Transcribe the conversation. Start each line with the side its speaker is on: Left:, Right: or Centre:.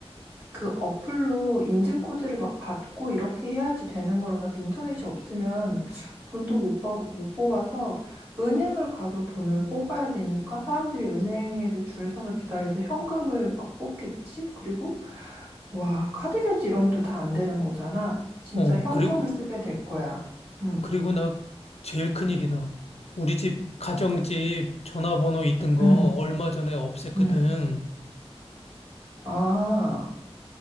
Right: 그 어플로 인증코드를 막 받고 이렇게 해야지 되는 거라서 인터넷이 없으면 돈도 못, 뽑- 못 뽑아서 은행을 가서 돈을 뽑아야 되니까 사람들이 은행에서 줄 서서 기다려서 현금을 막 뽑겠지? 그리고 와, 카드 결제 이런 것도 다 안 되는 거잖아. 진짜
Left: 어,
Right: 현금을
Left: 그리고,
Right: 쓰게 될 거야. 응,
Left: 그리고 나 제일 큰일이다. 우리 집, 가정집 전화번호 있던 거
Right: 응,
Left: 얼마 전에 없앴거든.
Right: 응. 아.